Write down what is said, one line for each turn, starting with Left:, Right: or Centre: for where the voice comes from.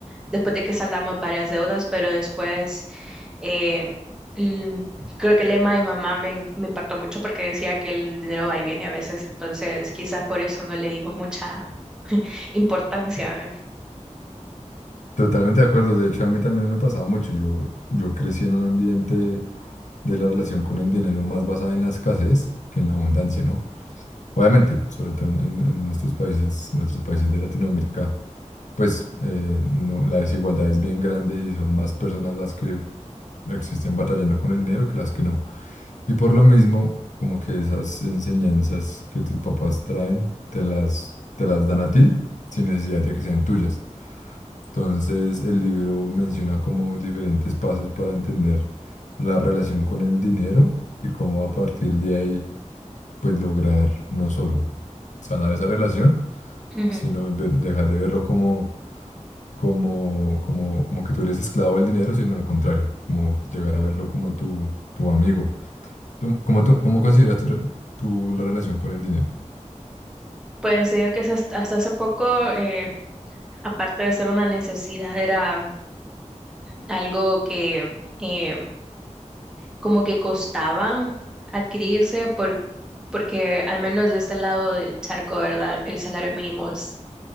Centre: después de que saldamos varias deudas, pero después eh, l- creo que el lema de mi mamá me, me impactó mucho porque decía que el dinero va y viene a veces, entonces quizás por eso no le dimos mucha importancia.
Left: Totalmente de acuerdo. De hecho, a mí también me pasaba mucho. Yo, yo crecí en un ambiente de la relación con el dinero más basada en la escasez que en la abundancia, ¿no? Obviamente, sobre todo en, en- en estos países, nuestros países de Latinoamérica, pues eh, no, la desigualdad es bien grande y son más personas las que existen batallando con el dinero que las que no. Y por lo mismo, como que esas enseñanzas que tus papás traen, te las, te las dan a ti sin necesidad de que sean tuyas. Entonces, el libro menciona como diferentes pasos para entender la relación con el dinero y cómo a partir de ahí, pues lograr no solo sanar esa relación,
Centre: Ujú.
Left: sino ver- dejar de verlo como, como, como, como que tú eres esclavo del dinero, sino al contrario, como llegar a verlo como tu, tu amigo. ¿Tú- ¿Cómo, tú- cómo consideras tu re- tú la relación con el dinero?
Centre: Pues digo que es hasta hasta hace poco, eh, aparte de ser una necesidad, era algo que em, como que costaba adquirirse por, porque al menos de este lado del charco, ¿verdad? El salario mínimo es-